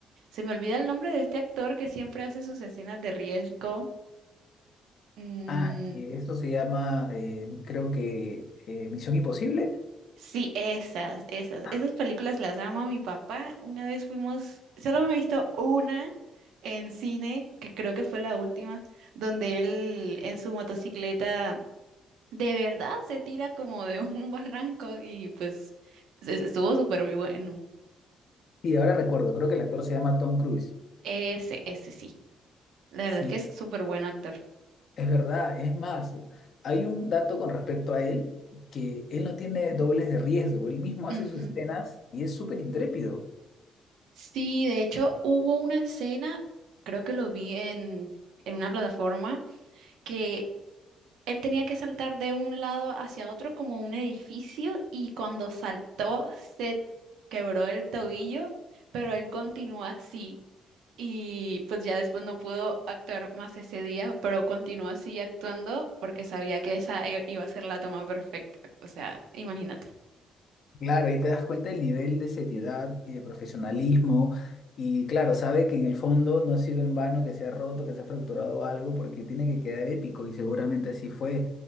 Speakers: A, on the right (about 85°); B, on the left (about 60°).
A: se me olvida el nombre de este actor que siempre hace sus escenas de riesgo. Mm,
B: Ah, y eso se llama, eh, creo que, eh, Misión Imposible.
A: sí, esas, esas,
B: Ah,
A: esas películas las ama mi papá. Una vez fuimos, solo me he visto una en cine, que creo que fue la última, donde él en su motocicleta de verdad se tira como de <laughs> un barranco y pues es- estuvo súper bueno.
B: Sí, ahora recuerdo, creo que el actor se llama Tom Cruise.
A: Ese, ese sí. La
B: Sí,
A: verdad es que es súper buen actor.
B: es verdad. Es más, hay un dato con respecto a él, que él no tiene dobles de riesgo. Él mismo hace
A: Ujú.
B: sus escenas y es súper intrépido.
A: Sí, de hecho hubo una escena, creo que lo vi en, en una plataforma, que él tenía que saltar de un lado hacia otro como un edificio y cuando saltó se quebró el tobillo, pero él continuó así. Y pues ya después no pudo actuar más ese día, pero continuó así actuando porque sabía que esa i- iba a ser la toma perfecta. O sea, imagínate.
B: Claro, y te das cuenta del nivel de seriedad y de profesionalismo. Y claro, sabe que en el fondo no ha sido en vano que se ha roto, que se ha fracturado algo, porque tiene que quedar épico y seguramente así fue.